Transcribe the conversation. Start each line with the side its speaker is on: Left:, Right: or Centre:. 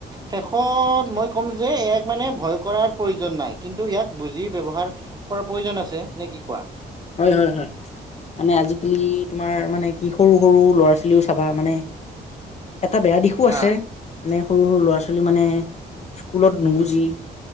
Right: শেষত মই ক'ম যে এ আইক মানে ভয় কৰাৰ প্ৰয়োজন নাই কিন্তু ইয়াক বুজি ব্যৱহাৰ কৰাৰ প্ৰয়োজন আছে, নে কি কোৱা?
Left: হয়-হয়-হয়। মানে আজিকালি তোমাৰ মানে কি সৰু সৰু ল'ৰা-ছোৱালীও চাবা মানে এটা বেয়া দিশো আছে,
Right: আহ,
Left: মানে সৰু সৰু ল'ৰা ছোৱালী মানে স্কুলত নুবুজি